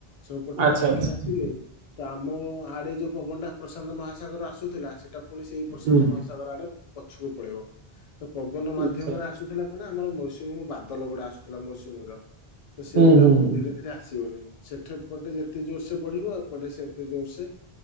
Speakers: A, on the left; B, on the right.
A: ସବୁ ପଟୁ
B: ଆଚ୍ଛା
A: ବହିକିରି
B: ଆଚ୍ଛା
A: ଆସିଲେ ତା ମୋ ଆଡେ ଯୋଉ ପବନ ଟା ପ୍ରଶାନ୍ତ ମହାସାଗର ଆସୁଥିଲା ସେଇଟା ପୁଣି ସେଇ ପ୍ରଶାନ୍ତ
B: ହୁଁ
A: ମହାସାଗର ଆଡେ ପଛକୁ ପଳେଇବ। ତ ପବନ ମାଧ୍ୟମରେ
B: ଆଚ୍ଛା
A: ଆସୁଥିଲା କଣ ଆମର ମୌସୁମୀ ବାଦଲ ଗୁଡା ଆସୁଥିଲା ମୌସୁମୀର। ତ ସେଇଗୁଡା
B: ହୁଁ ହୁଁ
A: ଆଉ
B: ହୁଁ
A: ଧୀରେ ଧୀରେ ଆସିବନି। ସେଠ ପଟେ ଯେତେ ଜୋର୍ ସେ ବଢିବ ଏ ପଟେ ସେତେ ଜୋର୍ ସେ